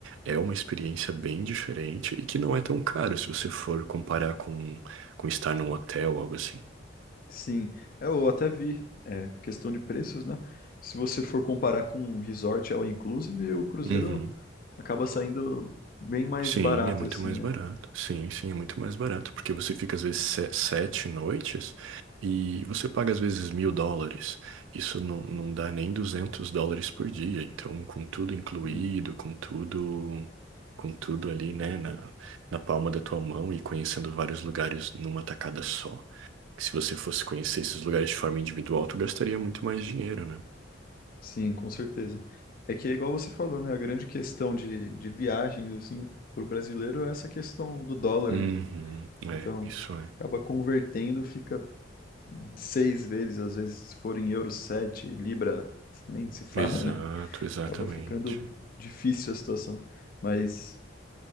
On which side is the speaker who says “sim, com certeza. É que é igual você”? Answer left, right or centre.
Left